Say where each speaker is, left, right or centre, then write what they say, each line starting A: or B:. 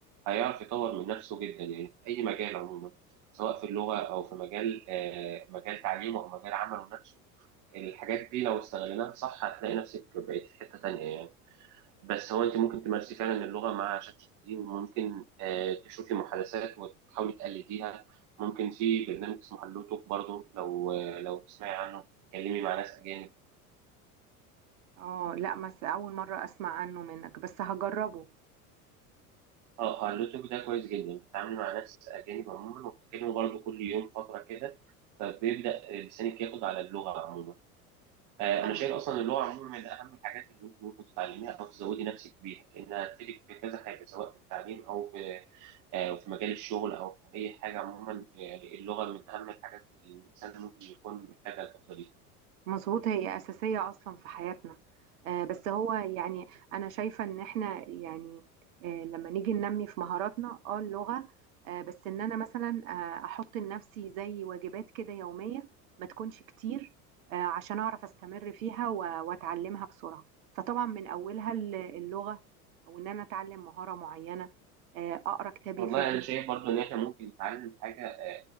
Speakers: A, on the right (about 40°); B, on the right (about 60°).
A: هيعرف يطور من نفسه جدا يعني في اي مجال عموما سواء في اللغه او في مجال آه، مجال تعليمه او مجال عمله نفسه الحاجات دي لو استغلناها صح هتلاقي نفسك بقيت في حته تانيه يعني بس هو انت ممكن تمارسي فعلا اللغه مع شات جي بي تي وممكن آه، تشوفي محادثات وتحاولي تقلديها ممكن في برنامج اسمه هالو توك برضه لو آه، لو تسمعي عنه تتكلمي مع ناس اجانب
B: اه لا بس اول مرة اسمع عنه منك بس هجربه
A: اه هالو توك ده كويس جدا بتتعاملي مع ناس اجانب عموما وبتتكلموا برضه كل يوم فتره كده فبيبدا لسانك ياخد على اللغه عموما آه،
B: اه
A: انا شايف اصلا اللغه عموما من اهم الحاجات اللي انت ممكن تتعلميها او تزودي نفسك بيها لانها هتفيدك في كذا حاجه سواء في التعليم او في آه، في مجال الشغل او في اي حاجه عموما آه، اللغه من اهم الحاجات اللي الانسان ممكن يكون محتاجها الفتره دي
B: مظبوط هي اساسية اصلا في حياتنا آه بس هو يعني انا شايفة ان احنا يعني آه لما نيجي ننمي في مهاراتنا اه اللغة آه بس ان انا مثلا آه احط لنفسي زي واجبات كده يومية ما تكونش كتير آه عشان اعرف استمر فيها و- واتعلمها بسرعة فطبعا من اولها الل- اللغة وان انا اتعلم مهارة معينة آه اقرا كتاب
A: والله
B: يفيدني
A: انا شايف برضو ان احنا ممكن نتعلم حاجه